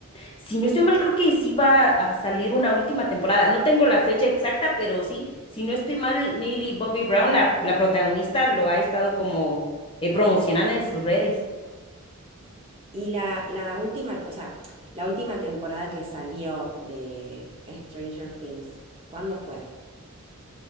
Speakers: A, on the left; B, on the right.
A: Si no estoy mal, creo que sí va a salir una última temporada. No tengo la fecha exacta, pero sí, si no estoy mal, Millie Bobby Brown, la, la protagonista, lo ha estado como eh, promocionando en sus redes.
B: Y la, la última, o sea, la última temporada que salió de Stranger Things, ¿cuándo fue?